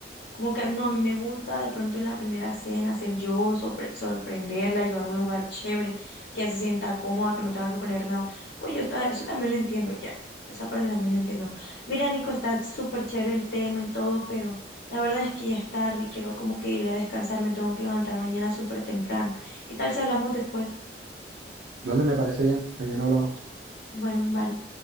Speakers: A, on the left; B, on the right.
A: Como que no, a mí me gusta de pronto en la primera cena ser yo, sorpre- sorprenderla, llevar a un lugar chévere, que ella se sienta cómoda, que no tenga que poner nada. Pues yo ta- eso también lo entiendo, ya. Esa parte también la entiendo. Mira, Nico, está súper chévere el tema y todo, pero la verdad es que ya es tarde y quiero como que ir a descansar. Me tengo que levantar mañana súper temprano. ¿Qué tal si hablamos después?
B: Dale, me parece bien, mañana hablamos.
A: Bueno, vale.